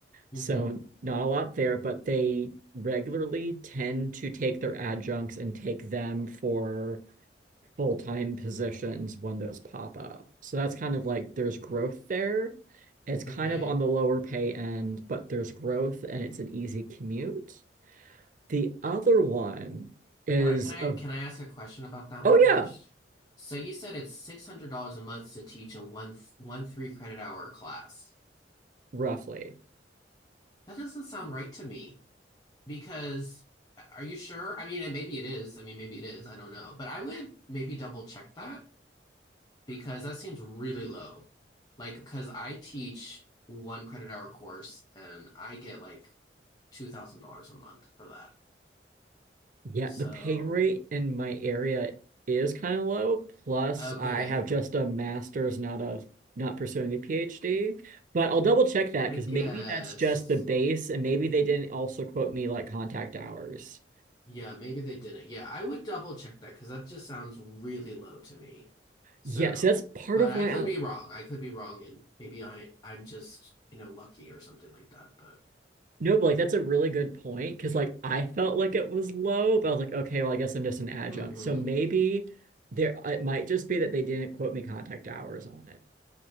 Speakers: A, on the left (about 25°); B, on the right (about 45°).
A: hmm
B: So not a lot there, but they regularly tend to take their adjuncts and take them for full-time positions when those pop up. So that's kind of like there's growth there. It's kind
A: Okay.
B: of on the lower pay end, but there's growth and it's an easy commute. The other one is
A: Hold on, can I
B: of,
A: can I ask a question about that one
B: oh
A: first?
B: yeah,
A: So you said it's six hundred dollars a month to teach a one one three credit hour class.
B: roughly.
A: That doesn't sound right to me because uh, are you sure? I mean, and maybe it is. I mean, maybe it is. I don't know. But I would maybe double check that because that seems really low. Like, because I teach one credit hour course and I get like two thousand dollars a month for that.
B: Yeah,
A: So,
B: the pay rate in my area is kind of low. Plus,
A: okay,
B: I have just a master's, not a not pursuing a PhD. But I'll double check that
A: I
B: because
A: guess.
B: maybe that's just the base, and maybe they didn't also quote me like contact hours.
A: Yeah, maybe they didn't. Yeah, I would double check that because that just sounds really low to me. So,
B: Yeah, so that's part
A: but
B: of
A: I
B: why
A: could
B: I
A: be wrong. I could be wrong, and maybe I I'm just, you know, lucky or something like that. But
B: no, but like that's a really good point because like I felt like it was low, but I was like, okay, well, I guess I'm just an adjunct.
A: hmm
B: So maybe there it might just be that they didn't quote me contact hours on